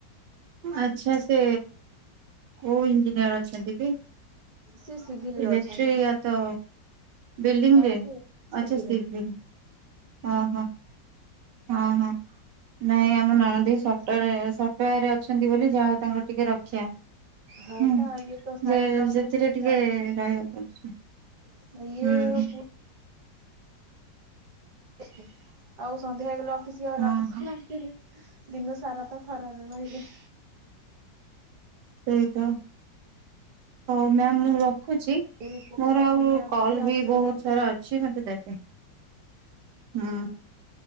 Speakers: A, on the right; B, on the right.
A: ଆଚଛା ସେ କୋଉ ଇଞ୍ଜିନିୟର ଅଛନ୍ତି କି?
B: ସେ ସିଭିଲରେ
A: ଇଲେକ୍ଟ୍ରିକ
B: ଅଛନ୍ତି
A: ଏ ତ ବିଲ୍ଡିଂ
B: ନାଇଁ
A: ରେ
B: ସେ ସିଭିଲ
A: ଆଛା ଓ ହୋ। ହଁ ହଁ। ନାଇଁ ଆମ ନଣଦି ସ ସରେ ଅଛନ୍ତି ବୋଲି ଯାହା ହଉ ତାଙ୍କ ଟିକେ ରକ୍ଷା
B: ହଁ
A: ହୁଁ।
B: ପା ଇଏ ତ ସାଇଡ
A: ଯେ
B: ର
A: ସେଥିରେ
B: ବୁଝିଲା
A: ଟିକେ
B: ବେ।
A: ରହିବାକୁ ପଡୁଛି
B: ୟେ
A: ହୁଁ।
B: ବୁ <unintelligible> ସାନ୍ଧ୍ୟ ହେଇଗଲେ ଅଫିସ ଆ ଲାଭ
A: ଓହୋ।
B: କଣ? <unintelligible> ଦିନ ସାରା ତ ଖରାରେ ରହିଲେ।
A: ସେଇତ। ହଉ ମ୍ୟାମ୍ ମୁଁ ରଖୁଛି।
B: ରିପୋର୍ଟ
A: ମୋର
B: ଗୁଡା
A: ଆଉ
B: ବନେଇବା
A: କଲ
B: ପାଇଁ ଆସୁଛନ୍ତି
A: ବି ବହୁତ
B: ଅଫିସ
A: ସାରା ଅଛି ମତେ ଦେବେ। ହୁଁ